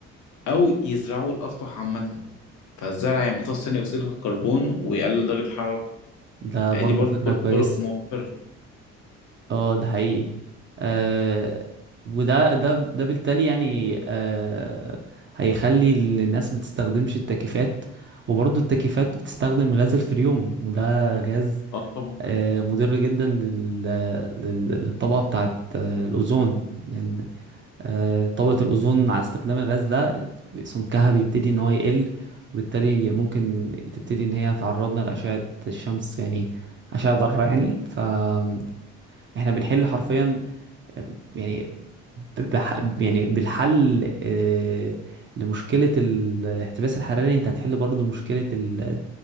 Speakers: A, on the left; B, on the right.
A: او يزرعوا الاسطح عامه فالزرع يمتص ثاني اكسيد الكربون ويقلل درجه الحراره
B: ده
A: يعني
B: برضه
A: دي برضو
B: فكرة
A: كل
B: كويسة
A: طرق موفره
B: اه ده حقيقي آه وده ده ده بالتالي يعني آه هيخلي إن الناس ما تستخدمش التكييفات وبرضه التكييفات بتستخدم غاز الفريون وده غاز
A: اه طبعا
B: آه مضر جدا لل... لل... للطبقة بتاعت آه الأوزون لأن آه، طبقة الأوزون مع استخدام الغاز ده سمكها بيبتدي إن هو يقل وبالتالي ممكن تبتدي إن هي تعرضنا لأشعة الشمس يعني أشعة ضارة يعني فإحنا بنحل حرفيا آه، يعني بح... يعني بالحل آه، لمشكلة الاحتباس الحراري أنت هتحل برضو مشكلة ال...